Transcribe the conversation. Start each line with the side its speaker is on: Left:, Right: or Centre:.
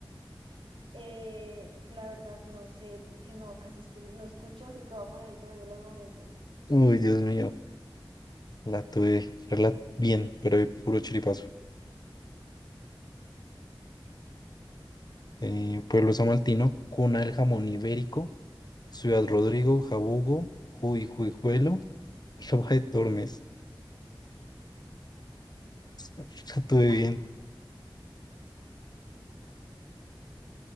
Right: Eh, la verdad no sé, porque no, casi escu- no escucho, así que voy a poner el tren de los momentos.
Left: Uy, Dios mío, la tuve rela- bien, pero de puro chiripazo. Eh, Pueblo Samaltino, cuna del jamón ibérico, Ciudad Rodrigo, Jabugo, Juy, Juijuelo, <laughs> Roja de Tormes. <laughs> La tuve
Right: Ah,
Left: bien.